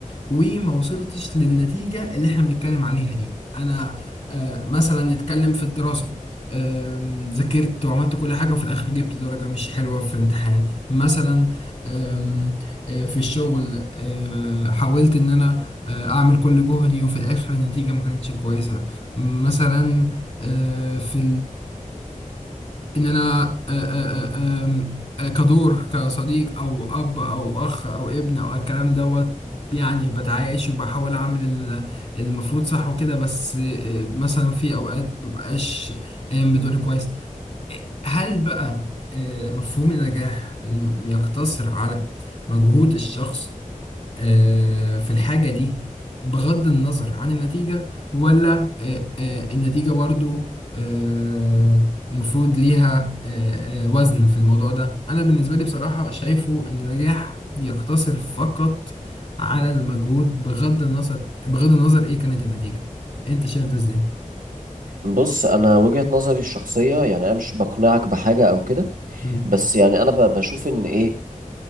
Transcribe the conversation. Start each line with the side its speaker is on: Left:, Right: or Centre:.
Left: وما وصلتش للنتيجة اللي احنا بنتكلم عليها دي انا آه، مثلا نتكلم في الدراسة آم، ذاكرت وعملت كل حاجة وفي الآخر جبت درجة مش حلوة في امتحان مثلا آم، آه، في الشغل آه، حاولت إن أنا آه، أعمل كل جهدي وفي الآخر النتيجة ما كانتش كويسة مثلا آه، في ان انا آه، آه، آه، آم، آه، كدور كصديق او اب او اخ او ابن او الكلام دوت يعني بتعايش وبحاول اعمل ال- المفروض صح وكده بس آه، مثلا في اوقات مبقاش قايم بدوري كويس هل بقى آه، مفهوم النجاح الم- يقتصر على مجهود الشخص آه، في الحاجة دي بغض النظر عن النتيجة ولا آه، آه، النتيجة برضو آه، المفروض ليها آه، آه، وزن في الموضوع ده أنا بالنسبة لي بصراحة شايفه إن النجاح يقتصر فقط على المجهود بغض النظر بغض النظر إيه كانت النتيجة أنت شايف ده إزاي؟
Right: بص انا وجهة نظري الشخصية يعني انا مش بقنعك بحاجة او كده
Left: مم.
Right: بس يعني انا ب- بشوف ان ايه